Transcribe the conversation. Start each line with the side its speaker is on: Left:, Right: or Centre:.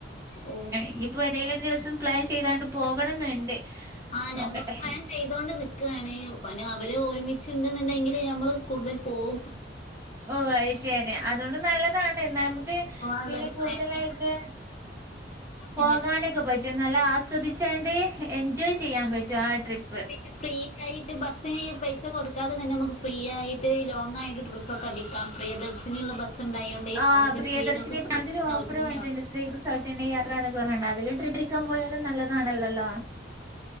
Left: ഓ
Right: ഇയിപ്പോ ഏതെലിലും ഒരു ദിവസം പ്ലാൻ ചെയ്താണ്ട് പോകണംന്നുണ്ട്.
Left: ആ ഞങ്ങളും
Right: നോക്കട്ടെ
Left: പ്ലാൻ ചെയ്തോണ്ട് നി നിക്കാണ് അവര് ഒരുമിച്ചുണ്ടെന്നുണ്ടെങ്കിൽ നമ്മള് കൂടുതൽ പോകും.
Right: ഓ അത് ശരി അതുകൊണ്ട് നല്ലതാണ്. നമുക്ക്
Left: പോവാനുള്ളൊരു
Right: പിന്നെ കൂടുതലായിട്ട്
Left: പ്ലാനിങ്
Right: പോകാനക്ക
Left: അങ്ങനെ
Right: പറ്റും നല്ല ആസ്വദിച്ചാണ്ട്. എൻജോയ് ചെയ്യാൻ പറ്റോ. ആ ട്രിപ്പ്
Left: പിന്നെ ഫ്രീ ആയിട്ട് ബസ്സിന് ഈ പൈസ കൊടുക്കാതെ തന്നെ നമുക്ക് ഫ്രീ ആയിട്ട് ലോങ് ആയിട്ട് ട്രിപ്പ്ക്കെടിക്കാം പ്രിയദർശിനി ഉള്ള ബസ്സ്‌ ബസ് ഉണ്ടായോണ്ട്
Right: ആ
Left: നമുക്ക്
Right: പ്രിയദർശിനി
Left: സ്ത്രീകൾക്ക് കൂടുതൽ
Right: ആതിരു
Left: സൗജന്യമാണ്.
Right: ഓഫർ വന്നിട്ടുണ്ട് ശ്രീകൃ സൗജന്യ യാത്ര എന്നൊക്ക പറഞ്ഞണ്ട് അതിലും ട്രി ക്കാൻ പോയാലും നല്ലതാണല്ലല്ലോ.